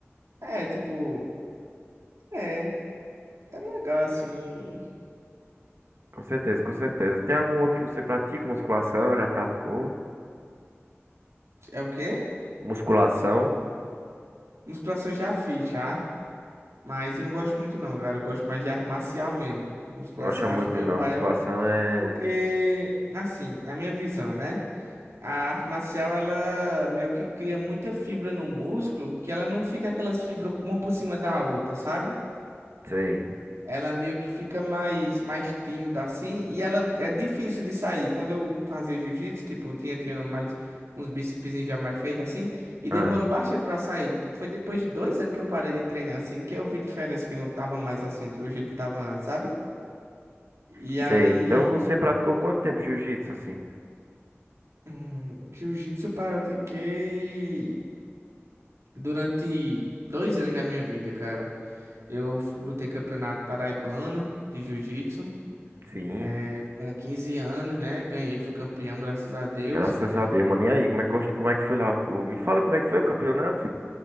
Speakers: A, on the right (about 85°); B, on the right (about 60°).
A: É, tipo, é, é legal assim,
B: Com certeza, com certeza. Tem algum outro que você pratica? Musculação, já praticou?
A: é o quê?
B: Musculação?
A: Musculação já fiz, já. Mas eu não gosto muito não, cara. Eu gosto mais de arte marcial mesmo. Musculação
B: Não Gosta
A: eu
B: muito,
A: acho meio
B: não.
A: paia,
B: Musculação é...
A: porque assim, na minha visão, né? A arte marcial ela meio que cria muita fibra no músculo, que ela não fica aquelas fibras uma por cima da outra, sabe?
B: Sei.
A: Ela meio que fica mais, mais tímida assim, e ela é difícil de sair. Quando eu fazia jiu-jitsu, tipo, eu tinha, tinha mais uns bíceps já mais feitos assim, e demorou
B: Ah,
A: bastante pra sair. Foi depois de dois anos que eu parei de treinar assim, que eu vi diferença que não tava mais assim do jeito que tava antes, sabe? E
B: sei.
A: aí,
B: Então você praticou quanto tempo jiu-jitsu, assim?
A: hum, jiu-jitsu eu pratiquei durante dois anos da minha vida, cara. Eu f- lutei campeonato paraibano de jiu-jitsu.
B: Sim,
A: é, com 15 anos, né? Ganhei, fui campeão, graças a Deus.
B: graças a Deus, mano. E aí, como
A: E
B: é que, gost- como é que foi lá? o- o- Me fala como é que foi o campeonato?